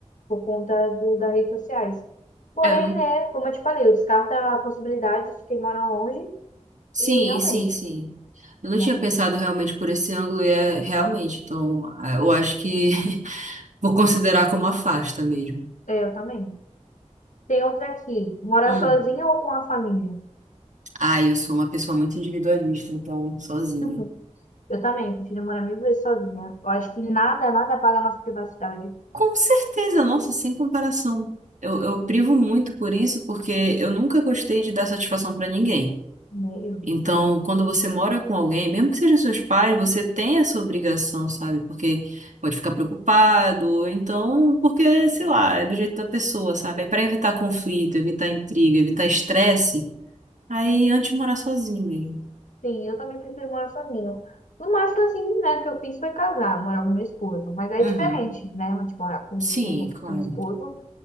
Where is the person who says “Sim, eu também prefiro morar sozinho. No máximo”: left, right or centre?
Left